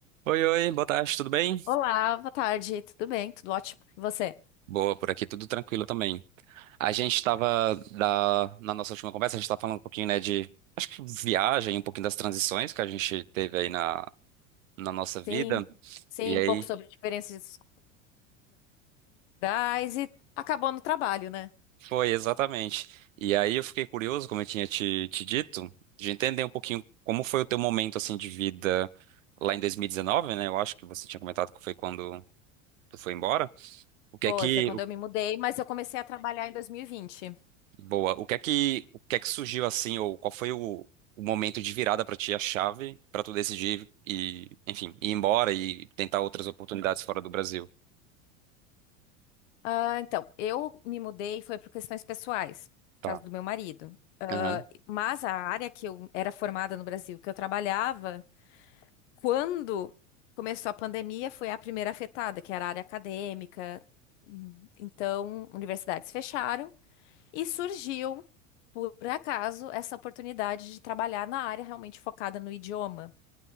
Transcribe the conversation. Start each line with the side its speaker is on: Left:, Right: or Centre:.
Right: Oi, oi, boa tarde, tudo bem?
Left: Olá, boa tarde, tudo bem? Tudo ótimo. E você?
Right: Boa, por aqui tudo tranquilo também. A gente estava na nossa última conversa, a gente estava falando um pouquinho, né, de acho que viagem, um pouquinho das transições que a gente teve aí na, na nossa vida.
Left: Sim, sim,
Right: E aí
Left: um pouco sobre diferenças culturais e acabou no trabalho, né?
Right: foi exatamente. E aí eu fiquei curioso, como eu tinha te, te dito, de entender um pouquinho como foi o teu momento assim de vida lá em 2019, né? Eu acho que você tinha comentado que foi quando tu foi embora. O que
Left: Foi,
Right: é que
Left: foi quando eu me mudei, mas eu comecei a trabalhar em 2020.
Right: Boa. O que é que, o que é que surgiu assim, ou qual foi o, o momento de virada pra ti, a chave pra tu decidir e, enfim, ir embora e tentar outras oportunidades fora do Brasil?
Left: Ah, então, eu me mudei foi por questões pessoais,
Right: Tá.
Left: por causa do meu marido.
Right: Aham.
Left: Mas a área que eu era formada no Brasil, que eu trabalhava, quando começou a pandemia, foi a primeira afetada, que era a área acadêmica. Então, universidades fecharam. E surgiu, por acaso, essa oportunidade de trabalhar na área realmente focada no idioma.